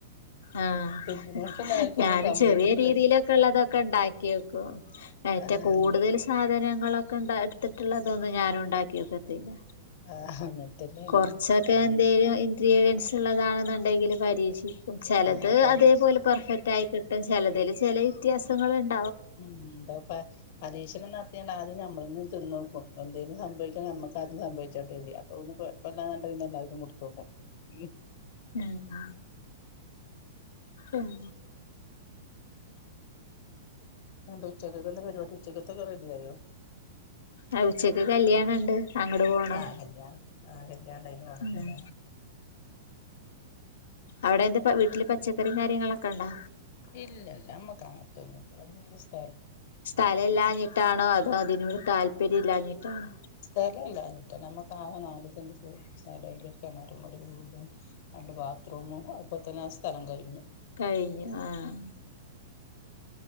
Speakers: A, on the left (about 80°); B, on the left (about 45°).
A: ആഹ്
B: തിന്നുന്നോർക്കൊന്നും ആർക്കും
A: ഞാനും
B: ഒന്നും സംഭവിച്ചിട്ടില്ല
A: ചെറിയ രീതിയിലൊക്കെ ഉള്ളതൊക്കെ ഉണ്ടാക്കി വെക്കും ഏറ്റ
B: ആഹ്
A: കൂടുതൽ
B: അങ്ങനത്തെ
A: സാധന ഞങ്ങളൊക്കെ ഇണ്ട എടുത്തിട്ടുള്ളതൊന്നും ഞാനും ഉണ്ടാക്കി വെക്കത്തില്ല
B: ആ അങ്ങനെ തന്നെയാണ്
A: കൊറച്ചൊക്കെ
B: പരീക്ഷ
A: എന്തെലും എക്സ്പീരിയൻസ് ഉള്ളതാണെന്നുണ്ടെങ്കിൽ പരീക്ഷിക്ക ചിലത്
B: ആഹ് പരീക്ഷ
A: അതേപോലെ പെർഫെക്റ്റ് ആയി കിട്ടും ചിലതിൽ ചെല വ്യത്യാസങ്ങള്ണ്ട്.
B: ഉം ത് പ പരീശണം നടത്യാണ്ട് അ ത് നമ്മളെന്നെത് തിന്നോക്കും എന്തേലും സംഭവിക്കാണെങ്കി ഞമ്മക്കാദ്യം സംഭവിച്ചോട്ടെ അപ്പൊ വല്യ കൊയപ്പല്ല ന്നുണ്ട എല്ലാർക്കും കൊടുത്തു നോക്കും ഉം
A: ഞങ്ങ ഉം
B: ഉച്ചക്കക്കെന്താ പരിപാടി ഉച്ചക്കത്തൊക്കെ റെഡിയായോ
A: ആഹ് ഉച്ചക്ക് കല്യാണണ്ട് അങ്ങട് പോണം
B: ആഹ് കല്യാണം ആഹ് കല്യാണം ണ്ടല്ലെയ്‌ൻ പോണല്ലോ
A: ഉം
B: ലേ
A: അവിടെന്ത് വീട്ടില് പച്ചക്കറിം കാര്യങ്ങളൊക്കെ ണ്ടോ
B: ഇല്ലല്ല മ്മക്ക് അങ്ങത്തൊന്നും <unintelligible>
A: സ്ഥലല്ലാഞ്ഞിട്ടാണോ അതോ അ അതിനോട് താല്പര്യം ല്ലാഞ്ഞിട്ടാണോ
B: സ്ഥലല്ലാഞ്ഞിട്ട മക്ക് ആകെ നാല് സെന്റ് സ്ഥലോം അയിൽ ഒര് കെണറും ഒര് വീടും രണ്ട് ബാത്റൂമും അപ്പ തന്നെ ആ സ്ഥലം കഴിഞ്ഞു.
A: കഴിഞ് ആഹ്